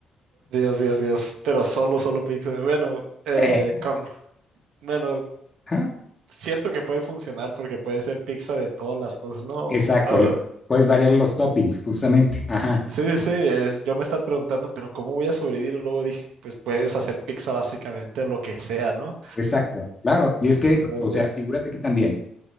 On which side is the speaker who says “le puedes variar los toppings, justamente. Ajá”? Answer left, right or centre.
Left